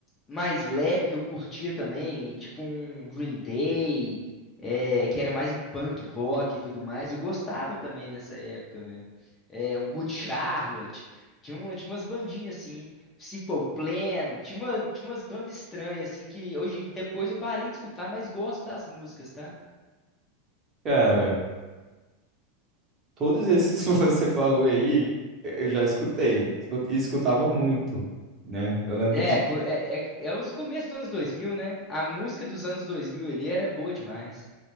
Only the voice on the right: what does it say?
Cara, todos esses <laughs> que você falou aí, eu eu já escutei. escu- E escutava muito, né? Eu lembro
que,